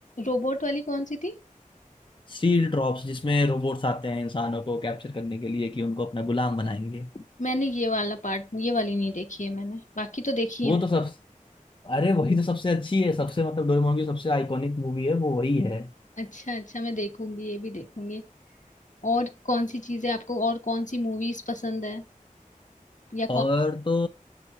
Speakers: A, on the left (about 65°); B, on the left (about 35°).
A: रोबोट वाली कौन सी थी
B: स्टील ड्रॉप्स जिसमें रोबोट्स आते हैं इंसानों को कैप्चर करने के लिए कि उनको अपना गुलाम बनाएंगे
A: मैंने ये वाला पार्ट ये वाली नहीं देखी है मैंने बाकी तो देखी
B: वो
A: है मैंने
B: तो सब अरे वही तो सबसे अच्छी है सबसे मतलब डोरेमोन की सबसे आइकॉनिक मूवी है वो वही है
A: अच्छा अच्छा मैं देखूंगी ये भी देखूंगी और कौन सी चीजें आपको और कौन सी मूवीज पसंद है या
B: और
A: कौन
B: तो